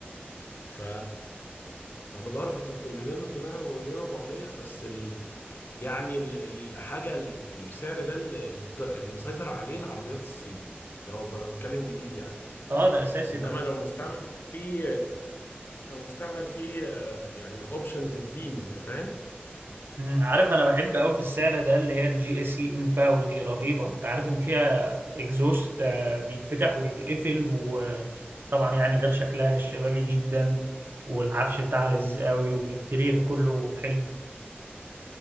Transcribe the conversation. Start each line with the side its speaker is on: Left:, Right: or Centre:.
Left: ف فبدور في 300 مليون 300 مليون 400 بس يعني ال- الحاجة ال- السعر ده اللي اللي مسيطر عليه العربيات الصيني لو بتكلم جديد يعني
Right: اه ده اساسي
Left: انما لو مستعمل في لو مستعمل في آه، يعني اوبشنز بديني انت فاهم
Right: مم، عارف انا بحب قوي في السعر ده اللي هي الجي اي سي امباو دي رهيبه انت عارف ان فيها اكزوست آه، بيتفتح ويتقفل وطبعا يعني غير شكلها الشبابي جدا والعفش بتاعها لذيذ قوي والانتيرير كله حلو